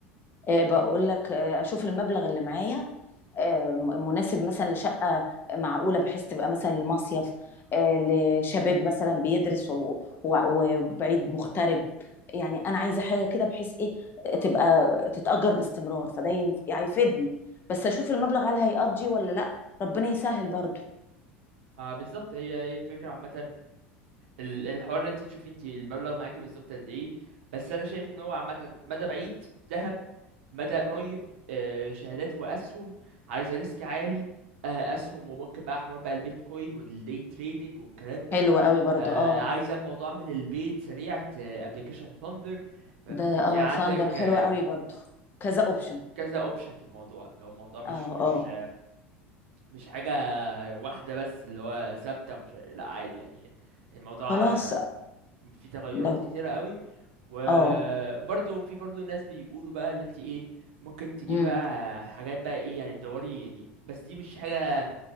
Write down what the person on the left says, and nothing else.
آه، بقول لك آه، اشوف المبلغ اللي معايا آه، م- مناسب مثلا لشقه معقوله بحيث تبقى مثلا لمصيف آه، لشباب مثلا بيدرس و- و- وبعيد مغترب يعني انا عايزه حاجه كده بحيث ايه تبقى تتاجر باستمرار فده ينف- هيفيدني بس اشوف المبلغ هل هيقضي ولا لا ربنا يسهل برضو
حلو قوي برضو
اه
ده اه
ثاندر حلو
قوي برضو كذا اوبشن
اه
اه
خلاص
لو
اه
امم